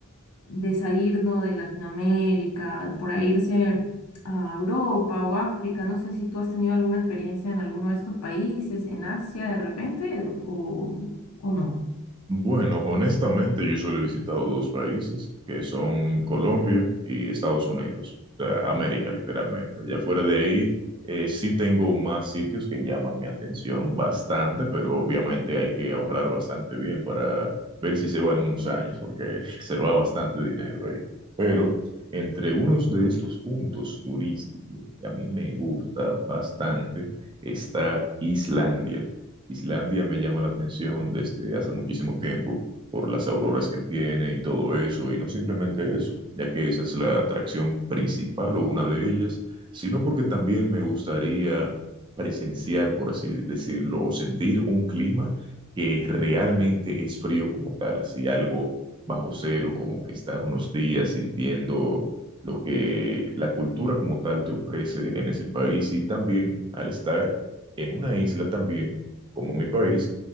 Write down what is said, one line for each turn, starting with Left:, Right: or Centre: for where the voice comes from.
Left: de salir, ¿no? de Latinoamérica, por ahí irse a Europa o África, no sé si tú has tenido alguna experiencia en alguno de estos países, en Asia de repente, o, o no.
Right: Bueno, honestamente yo solo he visitado dos países, que son Colombia y Estados Unidos, o sea, América literalmente. Ya fuera de ahí, eh, sí tengo más sitios que llaman mi atención bastante, pero obviamente hay que ahorrar bastante bien para ver si se va en unos años, porque <laughs> se va bastante dinero ahí. Pero entre unos de estos puntos turísticos que a mí me gusta bastante está Islandia. Islandia me llama la atención desde hace muchísimo tiempo por las auroras que tiene y todo eso, y no simplemente eso, ya que esa es la atracción principal o una de ellas, sino porque también me gustaría presenciar, por así decirlo, o sentir un clima que realmente es frío como tal, así algo bajo cero, como que estar unos días sintiendo lo que la cultura como tal te ofrece en ese país y también al estar en una isla también como mi país,